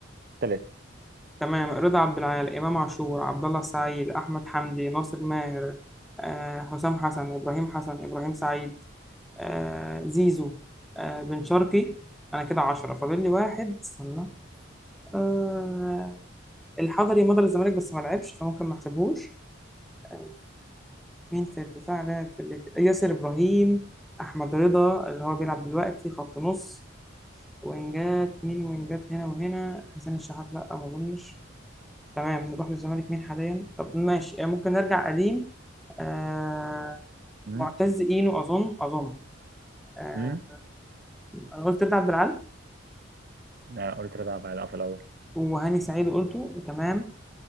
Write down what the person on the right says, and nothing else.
تلاتة
امم
امم
لا قلت رضا بقى في الاول